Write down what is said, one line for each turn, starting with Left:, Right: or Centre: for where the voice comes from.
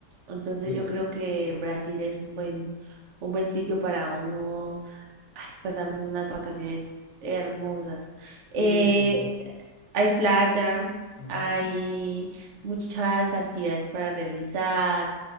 Right: Entonces
Left: Sí,
Right: yo creo que Brasil es un buen, un buen sitio para uno Ay, pasaron unas vacaciones hermosas. Eh,
Left: sí, sí.
Right: hay playa,
Left: Ujú.
Right: hay muchas actividades para realizar.